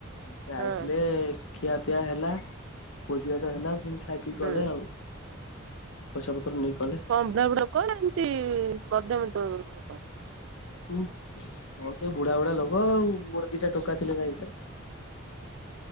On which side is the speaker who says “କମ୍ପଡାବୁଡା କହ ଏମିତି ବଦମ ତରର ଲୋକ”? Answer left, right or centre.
Right